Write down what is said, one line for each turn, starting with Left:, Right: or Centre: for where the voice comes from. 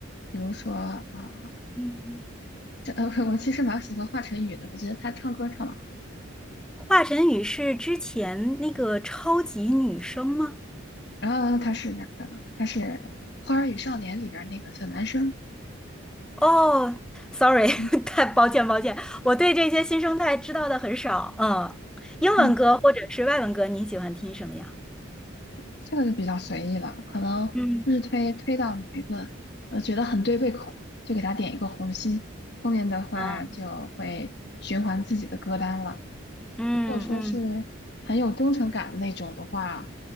Left: 比如说啊。
Centre: 嗯，
Left: 这呃，我其实蛮喜欢华晨宇的，我觉得他唱歌唱得好。
Centre: 华晨宇是之前那个超级女声吗？
Left: 然后他是男的，他是《花儿与少年》里边儿那个小男生。
Centre: 哦，sorry，<laughs>
Left: 嗯
Centre: 太抱歉抱歉，我对这些新生代知道的很少。嗯，英文歌或者是外文歌，
Left: 嗯，
Centre: 你喜欢听什么呀？
Left: 这个就比较随意了，可能日推推到某一个，
Centre: 嗯。
Left: 呃，觉得很对胃口，就给他点一个红心。后面的话就会循环自己的歌单了。
Centre: 啊，嗯嗯
Left: 如果说是很有忠诚感的那种的话，